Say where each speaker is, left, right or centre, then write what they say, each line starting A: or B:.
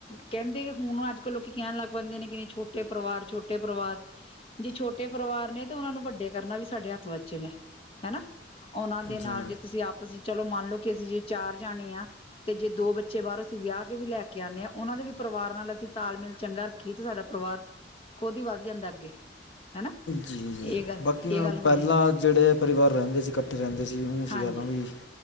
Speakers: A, on the left (about 30°); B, on the left (about 85°).
A: ਕਹਿੰਦੇ ਹੁਣ ਅੱਜ ਕੱਲ੍ਹ ਲੋਕ ਕਹਿਣ ਲੱਗ ਪੈਂਦੇ ਨੇ ਕਿ ਨਹੀਂ ਛੋਟੇ ਪਰਿਵਾਰ, ਛੋਟੇ ਪਰਿਵਾਰ। ਜੇ ਛੋਟੇ ਪਰਿਵਾਰ ਨੇ ਤੇ ਉਹਨਾਂ ਨੂੰ ਵੱਡੇ ਕਰਨਾ ਵੀ ਸਾਡੇ ਹੱਥ ਬੱਚੇ ਨੇ ਹਨਾ। ਉਹਨਾਂ ਦੇ ਨਾਲ
B: ਜੀ
A: ਜੇ ਤੁਸੀਂ ਆਪਸ ਚ' ਚਲੋ ਮੰਨ ਲਓ ਕਿ ਅਸੀਂ ਜੇ ਚਾਰ ਜਾਣੇ ਆ। ਤੇ ਜੇ ਦੋ ਬੱਚੇ ਬਾਹਰੋਂ ਅਸੀਂ ਵਿਆਹ ਕੇ ਵੀ ਲੈ ਕੇ ਆਉਂਦੇ ਹਾਂ ਉਹਨਾਂ ਦੇ ਵੀ ਪਰਿਵਾਰ ਨਾਲ ਅਸੀਂ ਤਾਲਮੇਲ ਚੰਗਾ ਰੱਖਾ ਤੇ ਸਾਡਾ ਪਰਿਵਾਰ ਖੁਦ ਹੀ ਵਾ ਜਾਂਦਾ ਅੱਗੇ। ਹਨਾ,
B: ਜੀ ਜੀ
A: ਇਹ ਗੱਲ
B: ਬਾਕੀ ਮੈਂ
A: ਇਹ ਗੱਲ ਹੋ
B: ਪਹਿਲਾਂ
A: ਜਾਂਦੀ।
B: ਜਿਹੜੇ ਪਰਿਵਾਰ ਰਹਿੰਦੇ ਸੀ। ਇਕੱਠੇ ਰਹਿੰਦੇ ਸੀ ਉਹ ਸੀਗਾ
A: ਹਾਂਜੀ
B: ਨਾ ਵੀ,